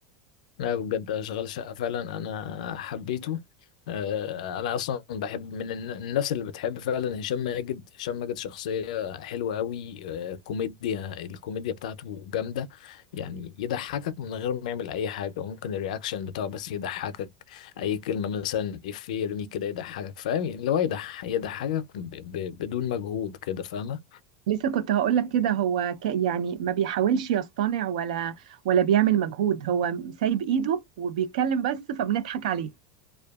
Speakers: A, on the left; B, on the right.
A: لا بجد شغال شقة فعلا أنا حبيته آه، أنا أصلا بحب من الن- الناس اللي بتحب فعلا هشام ماجد هشام ماجد شخصية حلوة أوي آه، كوميديا الكوميديا بتاعته جامدة يعني يضحكك من غير ما يعمل أي حاجة وممكن الرياكشن بتاعه بس يضحكك أي كلمة مثلا إفيه يرميه كده يضحكك فاهم يعني اللي هو يضح- يضحكك ب- ب- بدون مجهود كده فاهمة
B: لسه كنت هقول لك كده هو ك يعني ما بيحاولش يصطنع ولا ولا بيعمل مجهود هو سايب ايده وبيتكلم بس فبنضحك عليه